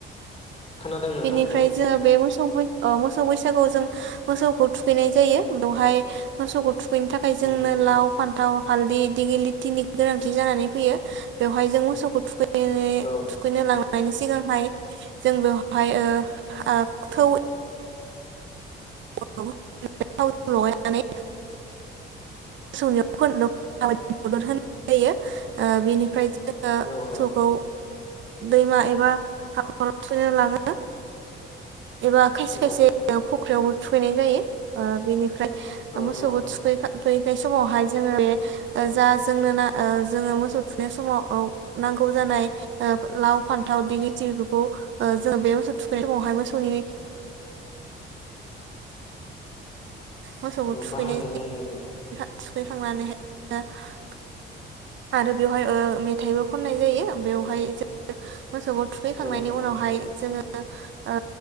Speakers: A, on the left; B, on the right.
A: खोनादों नोंथां
B: बिनिफ्राय
A: औ
B: जोङो बे मोसौ मो अ मोसौ बैसागुआव जों मोसौखौ थुखैनाय जायो बेवहाय मोसौ थु बेनि थाखाय
A: नंगौ
B: जोंनो लाव फान्थाव हालदि गेलिटिनि गोनांथि जानानै फैयो बेवहाय जों मोसौखौ थुखै दिनै
A: औ
B: थुखैनो लांनायनि सिगां <unintelligible> जों बेवहा ओमहाय ओ ओ थौ <unintelligible> लगायनानै मोसौनि मदद होनाय जायो ओ बेनिफ्राय जोङो
A: औ
B: मोसौखौ
A: औ
B: दैमा एबा हाखराव सैना लाङो एबा खायसे
A: औ
B: खायसे फुख्रियाव थुखैनाय जायो ओ बेनिफ्राय
A: औ
B: मोसौखौ
A: औ
B: थुखै फैनाय समावहाय जोङो बे जा जोंनो न जोङो मोसौ थुखनाय समाव ओ नांगौ जानाय लाव फानथाव दिगिलिथिफोरखौ जोङो बे मोसौ थुखैनाय समावहाय मोसौनि मोसौखौ
A: ओ
B: थुखैनाय
A: बाहायनाय जायो आरोना
B: थुखैखांनानैहाय <unintelligible> आरो बेवहाय ओ मेथाइबो खननाय जायो बेवहाय जों मोसौखौ थुखैखांनायनि
A: औ औ
B: उनावहाय जोङो ओ